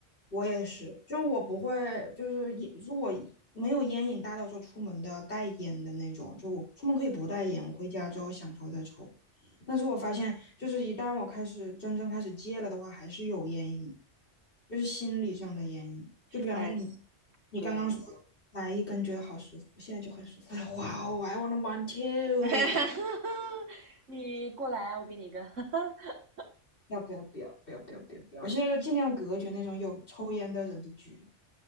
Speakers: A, on the left (about 45°); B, on the right (about 80°).
A: 我也是，就我不会，就是也如果没有烟瘾大到说出门都要带烟的那种，就我出门可以不带烟，我回家之后想抽再抽。但是我发现，就是一旦我开始真正开始戒了的话，还是有烟瘾，就是心理上的烟瘾。就比方说你，
B: 哎，
A: 你刚刚说
B: 对，
A: 来一根觉得好舒服，现在就很舒服了，哇哦，I w a n t a
B: <laughs>
A: one
B: 哈哈，
A: too，
B: 你过来啊，我给你一个。<laughs>
A: 要不要不要不要不要不要不要！我现在就尽量隔绝那种有抽烟的人的局。